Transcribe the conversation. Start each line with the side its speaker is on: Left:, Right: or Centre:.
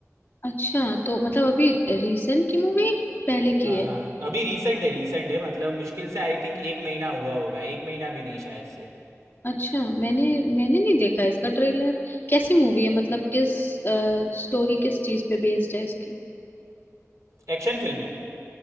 Left: अच्छा तो मतलब अभी रिसेंट की मूवी है कि पहले
Right: हाँ
Left: की है
Right: हाँ अभी रिसेंट है रिसेंट है मतलब मुश्किल से आई थिंक एक महीना हुआ होगा एक महीना भी नहीं शायद से
Left: अच्छा मैंने मैंने नहीं देखा इसका ट्रेलर कैसी मूवी है मतलब किस स्टोरी किस चीज पे बेस्ड है इसकी
Right: एक्शन फिल्म है